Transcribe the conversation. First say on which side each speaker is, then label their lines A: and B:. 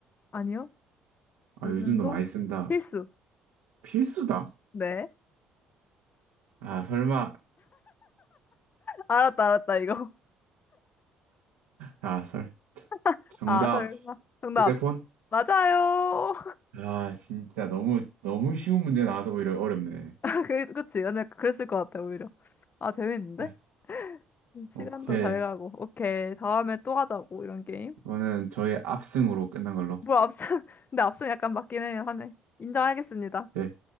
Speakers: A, on the left; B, on the right.
A: 아니요.
B: 아,
A: 요즘도
B: 요즘도 많이 쓴다.
A: 필수.
B: 필수다?
A: 네.
B: 아, 설마,
A: 알았다, 알았다, 이거.
B: 아, 설.
A: <laughs>
B: 정답.
A: 아, 설마. 정답.
B: 휴대폰?
A: 맞아요.
B: 아, 진짜 너무, 너무 쉬운 문제 나와서 오히려 어렵네.
A: <laughs> 그, 그치. 근데 그랬을 것 같아, 오히려. 아, 재밌는데?
B: 네,
A: 음, 시간도
B: 오케이.
A: 잘 가고. 오케이. 다음에 또 하자고, 이런 게임.
B: 이거는 저의 압승으로 끝난 걸로.
A: 뭐, 앞선, <laughs> 근데 앞선 약간 맞긴 해요, 하네. 인정하겠습니다.
B: 네.